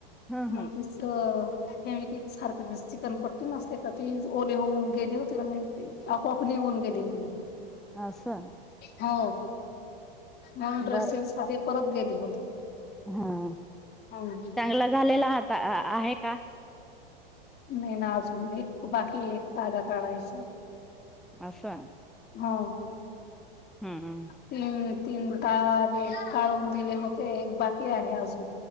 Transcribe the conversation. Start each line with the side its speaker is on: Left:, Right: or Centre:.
Centre: ह
Left: मग
Centre: ह
Left: त तर हे फेवीक्विक सारख चिकटपट्टी नसते का? ती ओले होऊन गेले होते ना मग अ कोपनी कोण केली तुम्ही
Centre: अससाा
Left: हो म ड्रेसिंग
Centre: बरं
Left: सा परत गेली होती
Centre: हा
Left: हम्
Centre: चांगला झालेला हात आहे का
Left: नाही ना अजून एक बाकी एक तागा काढायचा
Centre: आशा.
Left: हा
Centre: हम्म
Left: तीन तीन दाग एक काढून दिले होते एक बाकी आहे अजून